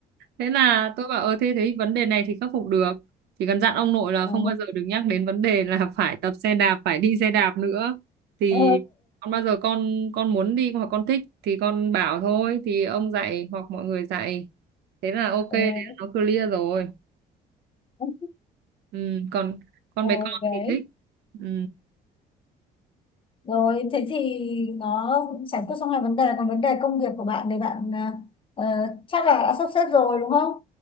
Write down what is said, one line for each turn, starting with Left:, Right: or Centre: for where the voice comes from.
Right: thế là tôi bảo ờ thế thế vấn đề này thì khắc phục được chỉ cần dặn ông nội là
Left: ừ
Right: không bao giờ được nhắc đến vấn đề là <laughs> phải tập xe đạp phải đi xe đạp nữa thì
Left: ừ
Right: còn bao giờ con con muốn đi hoặc con thích thì con bảo thôi thì ông dạy hoặc mọi người dạy thế là ok
Left: ừ
Right: thế là nó clear rồi
Left: ừ
Right: ừ, còn con
Left: ừ,
Right: bé con
Left: đấy
Right: thì thích ừ.
Left: rồi thế thì nó cũng giải quyết xong hai vấn đề còn vấn đề công việc của bạn thì bạn ờ, ờ, chắc là đã sắp xếp rồi đúng không